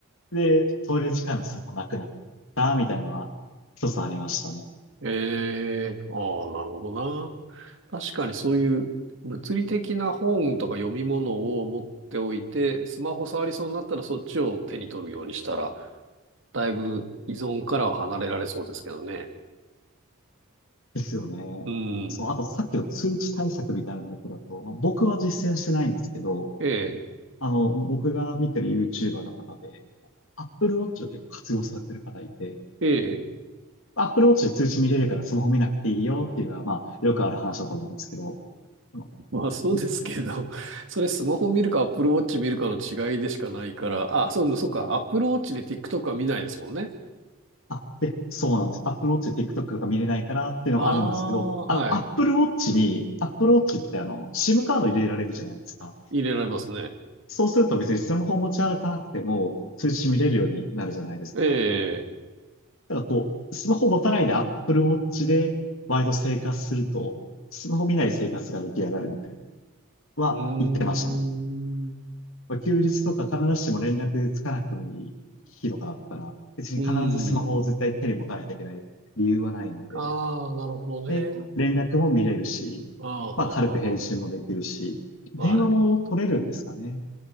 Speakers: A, on the left (about 65°); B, on the right (about 55°).
A: で、通れる時間がすもなくなったみたいなのは一つありましたね。
B: ええ、ああ、なるほどな。確かにそういう物理的な本とか読み物を持っておいて、スマホ触りそうになったらそっちを手に取るようにしたら、だいぶ依存からは離れられそうですけどね。
A: ですよね。
B: うん。
A: そう、あとさっきの通知対策みたいなことだと、まあ、僕は実践してないんですけど、
B: ええ、
A: あの、僕が見てる YouTuber の方で、Apple Watch を結構活用されてる方いて、
B: ええ。
A: Apple Watch で通知見れるからスマホ見なくていいよっていうのは、まあ、よくある話だと思うんですけど、あの、
B: <laughs> まあそうですけど、それスマホ見るか Apple Watch 見るかの違いでしかないから、あ、そう、そうか、Apple Watch で TikTok は見ないですもんね。
A: あ、で、そうなんです。Apple Watch で TikTok とか見れないからっていうのはあるんですけど、
B: ああ、はい。
A: あの、Apple Watch に、Apple Watch ってあの、SIM カード入れられるじゃないですか。
B: 入れられますね。
A: そうすると別にスマホを持ち歩かなくても通知見れるようになるじゃないですか。
B: ええ、
A: だからこう、スマホ持たないで Apple Watch でワイド生活すると、スマホ見ない生活が出来上がるみたいな、は言ってましたね。
B: うーん、う
A: まあ休日とか必ずしも連絡つかなくてもいい日とかだったら、別に必ずスマホを絶対手に持たないといけない理由はないので、
B: ーん。ああ、なるほどね。
A: で、連絡も見れるし、
B: ああ、ははは
A: まあ軽く返信もできるし、電話も取れるんですかね。
B: は。はい。